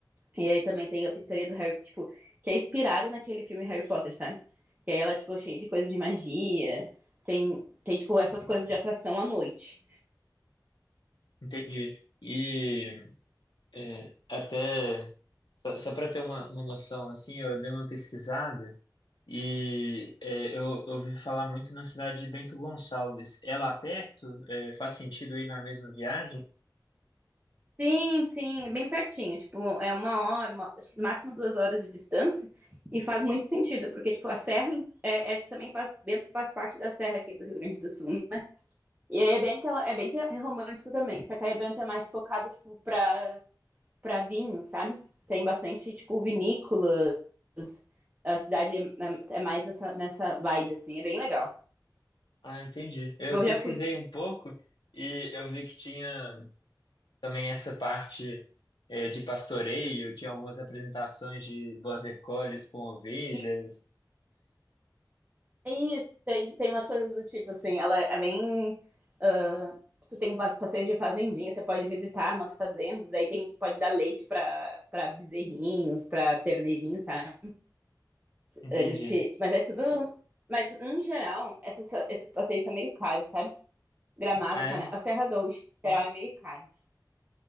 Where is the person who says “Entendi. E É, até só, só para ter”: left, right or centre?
Left